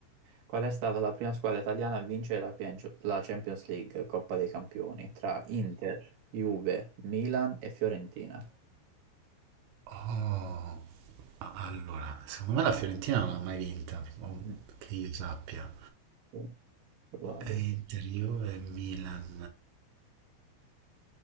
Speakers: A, on the right; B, on the right.
A: Qual è stata la prima squadra italiana a vincere la Pian- la Champions League, Coppa dei Campioni, tra Inter, Juve, Milan e Fiorentina?
B: Oh, A- Allora, secondo me la Fiorentina non l'ha mai vinta, o
A: Mm,
B: che io sappia.
A: sì, Probabile.
B: E Inter, Juve, Milan.